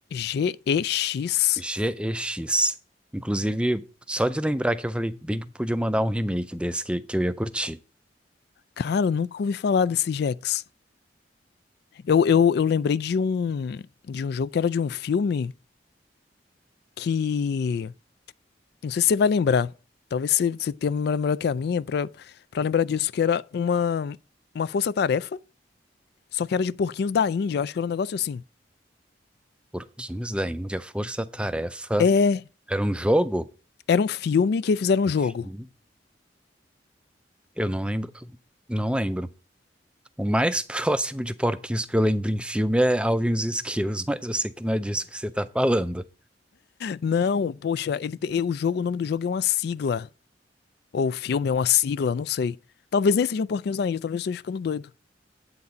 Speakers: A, on the left; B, in the centre.
A: G-E-X.
B: G-E-X. Inclusive, só de lembrar que eu falei bem que podia mandar um remake desse que, que eu ia curtir.
A: Cara, eu nunca ouvi falar desse Jax. Eu, eu, eu lembrei de um de um jogo que era de um filme que. Não sei se você vai lembrar. Talvez você, você tenha uma memória melhor que a minha pra, pra lembrar disso, que era uma, uma força-tarefa, só que era de porquinhos da Índia. Eu acho que era um negócio assim.
B: Porquinhos da Índia, Força Tarefa.
A: É.
B: Era um jogo?
A: Era um filme que fizeram um
B: Enfim,
A: jogo.
B: eu não lembro. Não lembro. O mais <laughs> próximo de porquinhos que eu lembro em filme é Alvin e os Esquilos, <laughs> mas eu sei que não é disso que você tá falando.
A: Não, poxa, ele te- o jogo, o nome do jogo é uma sigla. Ou o filme é uma sigla, não sei. Talvez nem sejam porquinhos da Índia, talvez eu esteja ficando doido.